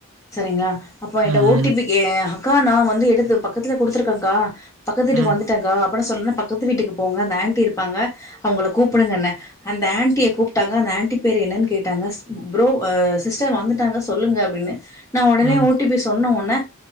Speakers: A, on the left; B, on the right.
A: செரிங்களா அப்போ
B: ம்,
A: என்ட
B: ம்.
A: ஓ டி பி கே அக்கா நான் வந்து எடுத்து பக்கத்துல குடுத்ருக்கே அக்கா பக்கத்து வீட்டுக்
B: ம்
A: வந்துட்டேன் கா பன சொல்னெ பக்கத்து வீட்டுக்கு போங்க அந்த ஆன்டி இருப்பாங்க அவங்கள கூப்டுங்கன்னெ அந்த ஆன்டிய கூப்டாங்க அந்த ஆன்டி பேர் என்னனு கேட்டாங்க ஸ்‌ ப்ரோ சிஸ்டர் வந்துட்டாங்க சொல்லுங்க அப்டின்னு நா ஒடனே
B: ம்
A: ஓ டி பி சொன்ன ஒன்னே